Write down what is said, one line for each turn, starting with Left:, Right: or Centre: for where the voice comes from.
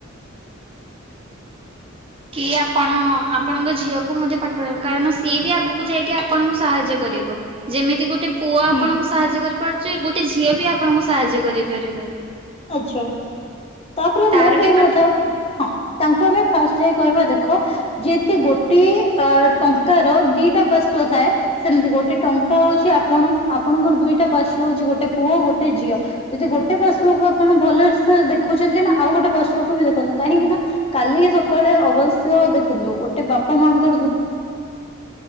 Right: କି ଆପଣ ଆପଣଙ୍କ ଝିଅକୁ ମଧ୍ୟ ପାଠ ପଢାନ୍ତୁ କାରଣ ସିଏବି ଆଗକୁ ଯାଇକି ଆପଣଙ୍କୁ ସାହାଯ୍ୟ କରିବ ଯେମିତି ଗୋଟେ ପୁଅ ଆପଣଙ୍କୁ
Left: ହୁଁ
Right: ସାହାଯ୍ୟ କରିପାରୁଛି ଗୋଟେ ଝିଅ ବି ଆପଣଙ୍କୁ ସାହାଯ୍ୟ କରିପାରିବ
Left: ଆଚ୍ଛା ତାପରେ
Right: ତାର
Left: ମୁଁ କହିବା
Right: ବି ପାଠ
Left: କଥା ହଁ ତାଙ୍କୁ ଆମେ ଫାଷ୍ଟ ଯାଇ କହିବା ଦେଖ ଯେମିତି ଗୋଟେ ଅ ଟଙ୍କାର ଦିଟା ପାଶ୍ୱ ଥାଏ ସେମିତି ଗୋଟେ ଟଙ୍କା ହଉଛି ଆପଣ ଆପଣଙ୍କର ଦିଇଟା ପାର୍ଶ୍ୱ ହଉଛି ଗୋଟେ ପୁଅ ଗୋଟେ ଝିଅ ଯଦି ଗୋଟେ ପାଶ୍ୱ କୁ ଆପଣ ଭଲରେ ସେ ଦେଖୁଛନ୍ତି ନା ଆଉ ଗୋଟେ ପାଶ୍ୱ କୁ ବି ଦେଖନ୍ତୁ କାହିଁକି ନା କାଲି ସକାଳେ ଅବଶ୍ୟ ଦେଖନ୍ତୁ ଗୋଟେ ବାପା ମାଆଙ୍କର ଦୁଃଖ